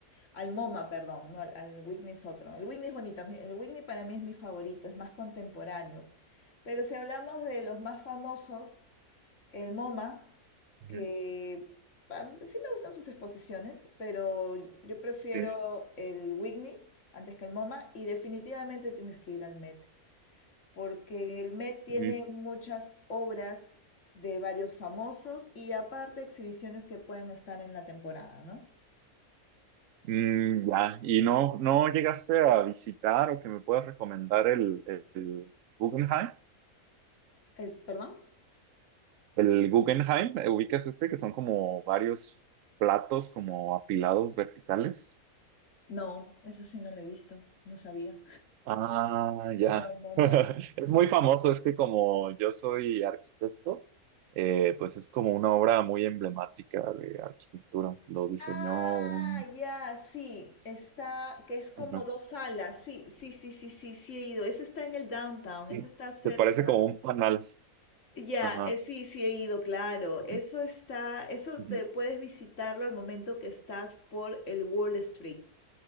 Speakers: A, on the left; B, on the right.
A: al MoMA, perdón, no, al, al Whitney es otro. El Whitney es bonito, a mí- el Whitney para mí es mi favorito, es más contemporáneo. Pero si hablamos de los más famosos, el MoMA,
B: Ujú,
A: que am, sí me gustan sus exposiciones, pero yo prefiero
B: Sí.
A: el Whitney antes que el MoMA y definitivamente tienes que ir al Met, porque el Met tiene
B: Ujú.
A: muchas obras de varios famosos y aparte exhibiciones que pueden estar en la temporada, ¿no?
B: Mm, ya, ¿y no, no llegaste a visitar o que me puedas recomendar el, el Guggenheim?
A: El, ¿perdón?
B: El Guggenheim, ¿eh? ubicas este, que son como varios platos como apilados verticales.
A: No, eso sí no lo he visto, no sabía.
B: Ah, ya.
A: No, no, no.
B: <laughs> Es muy famoso, es que como yo soy arquitecto, eh, pues es como una obra muy emblemática de arquitectura. Lo diseñó
A: Ah,
B: un...
A: ya, sí, está, que es como
B: Ajá.
A: dos salas, sí, sí, sí, sí, sí, sí he ido, ese está en el downtown,
B: Sí,
A: ese está cerca,
B: se parece como un panal.
A: ya,
B: Ajá.
A: eh, sí, sí he ido, claro,
B: ajá,
A: eso está, eso
B: ujú.
A: te puedes visitarlo al momento que estás por el Wall Street,